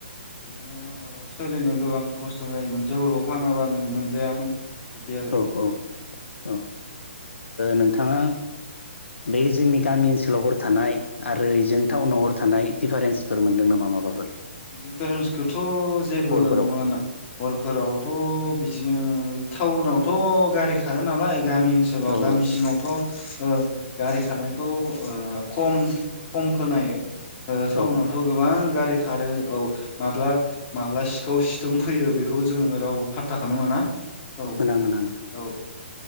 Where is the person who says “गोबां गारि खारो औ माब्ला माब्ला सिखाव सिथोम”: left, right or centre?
Left